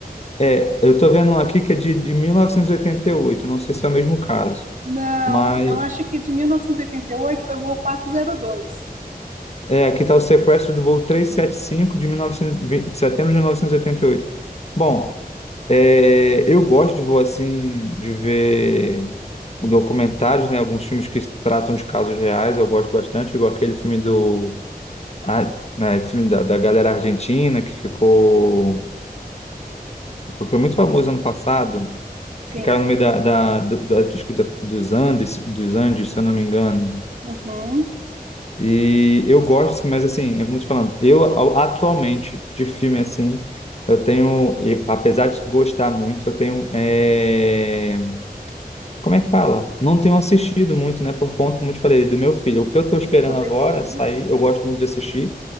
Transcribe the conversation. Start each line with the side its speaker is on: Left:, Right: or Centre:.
Left: É, eu tô vendo um aqui que é de, de 1988. não sei se é o mesmo caso.
Right: Não,
Left: mas.
Right: eu acho que de 1988 foi o voo 402.
Left: É, aqui está o sequestro do voo 375 de 1920, de setembro de 1988. Bom, é, eu gosto de voo assim, de ver documentários, né? Alguns filmes que tratam de casos reais, eu gosto bastante, igual aquele filme do ah, né, filme da, da galera argentina que ficou foi muito famoso ano passado,
Right: Sim.
Left: que caiu no meio da, da, do- da- dos, da- dos Andes, dos Andes, se eu não me engano.
Right: Uhum.
Left: E eu gosto, assim, mas assim, é como eu tô falando, eu a- atualmente de filme assim, eu tenho, eu- apesar de gostar muito, eu tenho, é, como é que fala? Não tenho assistido muito, né, por conta, como eu te falei, do meu filho. O que eu tô esperando
Right: Do
Left: agora
Right: bebê, né?
Left: sair, eu gosto muito de assistir,